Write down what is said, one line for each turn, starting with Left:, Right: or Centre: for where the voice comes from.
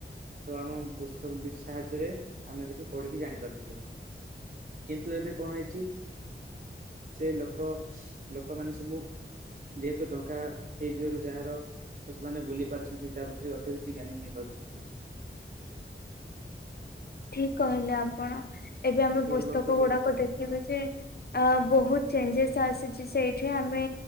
Right: ତ ଆମ ପୁସ୍ତକ ବିସ ସାହାଯ୍ୟରେ ଆମେ କିଛି ପଢିକି ଜାଣିପାରୁଥିଲେ। କିନ୍ତୁ ଏବେ କଣ ହେଇଛି, ସେ ଲୋକ ଲୋକମାନେ ସବୁ ଯେହେତୁ ଟଙ୍କା ହେଇଯିବାରୁ ଯାହାର ତ ସେମାନେ ବୁଲି ପାରୁଛନ୍ତି ତା ଭିତରେ ଅଧିକ କିଛି ଜ୍ଞାନ ନେଇ ପାରୁଛନ୍ତି।
Left: ଠିକ କହିଲେ ଆପଣ। ଏବେ ଆମେ
Right: ପୂର୍ବରୁ
Left: ପୁସ୍ତକ
Right: ତ ବହୁତ
Left: ଗୁଡାକ
Right: କଷ୍ଟ
Left: ଦେଖିବା
Right: ହଁ
Left: ଯେ ଅ ବହୁତ ଚେଞ୍ଜେସ୍ ଆସିଛି ସେଇଠି ଆମେ